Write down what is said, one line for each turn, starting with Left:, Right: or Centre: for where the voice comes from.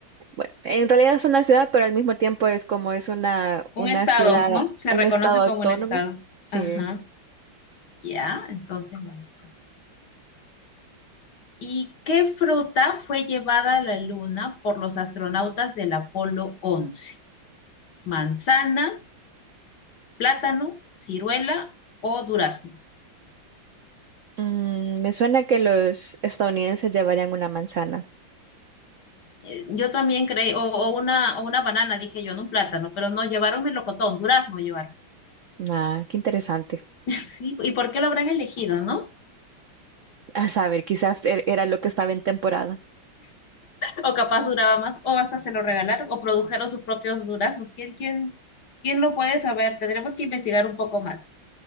Right: Bueno, en realidad es una ciudad, pero al mismo tiempo es como es una,
Left: Un
Right: una
Left: estado,
Right: ciudad,
Left: ¿no? Se
Right: un
Left: reconoce
Right: estado
Left: como
Right: autónomo.
Left: un estado.
Right: Sí.
Left: Ajá. Ya, entonces vamos ¿Y qué fruta fue llevada a la Luna por los astronautas del Apolo 11? ¿Manzana, plátano, ciruela o durazno?
Right: Mm, me suena que los estadounidenses llevarían una manzana.
Left: Eh, Yo también creí, o, o una, o una banana, dije yo, no un plátano, pero no, llevaron melocotón, durazno llevaron.
Right: Ah, qué interesante.
Left: <laughs> Sí, ¿y por qué lo habrán elegido, no?
Right: A saber, quizás er- era lo que estaba en temporada.
Left: O capaz duraba más, o hasta se lo regalaron, o produjeron sus propios duraznos. ¿Quién, quién, quién lo puede saber? Tendremos que investigar un poco más.